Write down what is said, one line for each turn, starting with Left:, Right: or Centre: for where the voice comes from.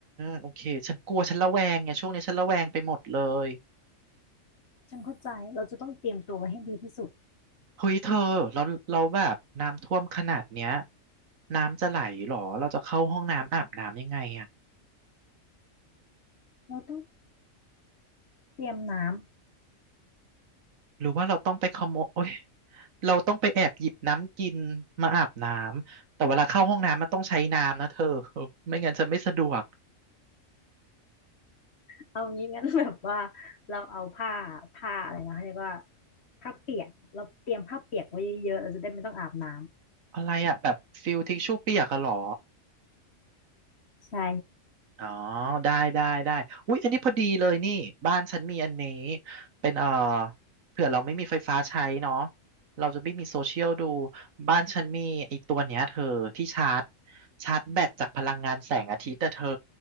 Right: โอเคฉันกลัวฉันระแวงไงช่วงนี้ฉันระแวงไปหมดเลย
Left: ฉันเข้าใจเราจะต้องเตรียมตัวไว้ให้ดีที่สุด
Right: เฮ้ยเธอเราเราแบบน้ำท่วมขนาดเนี้ยน้ำจะไหลเหรอเราจะเข้าห้องน้ำอาบน้ำยังไงอ่ะ
Left: เราต้องเตรียมน้ำ
Right: หรือว่าเราต้องไปขโมยโอ้ยเราต้องไปแอบหยิบน้ำกินมาอาบน้ำแต่เวลาเข้าห้องน้ำมันต้องใช้น้ำนะเธอ <laughs> ไม่งั้นฉันไม่สะดวก
Left: เอางี้งั้นแบบว่าเราเอาผ้าผ้าอะไรนะเขาเรียกว่าผ้าเปียกเราเตรียมผ้าเปียกไว้เยอะๆเราจะได้ไม่ต้องอาบน้
Right: อะไรอ่ะแบบฟิลทิชชู่เปียกอะเหรอ
Left: ำใช่
Right: อ๋อได้ได้ได้อุ๊ยอันนี้พอดีเลยนี่บ้านฉันมีอันนี้เป็นเอ่อเผื่อเราไม่มีไฟฟ้าใช้เนาะเราจะไม่มีโซเชียลดูบ้านฉันมีไอ้ตัวเนี้ยเธอที่ชาร์จชาร์จแบตจากพลังงานแสงอาทิตย์แต่เธอ